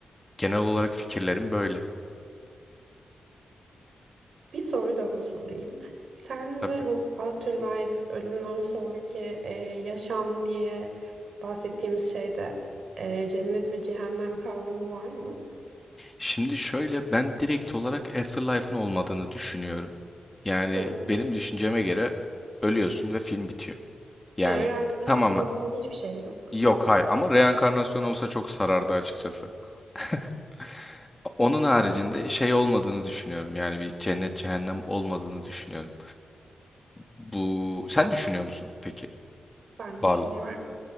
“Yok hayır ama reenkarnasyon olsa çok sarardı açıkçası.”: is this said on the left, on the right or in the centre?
Left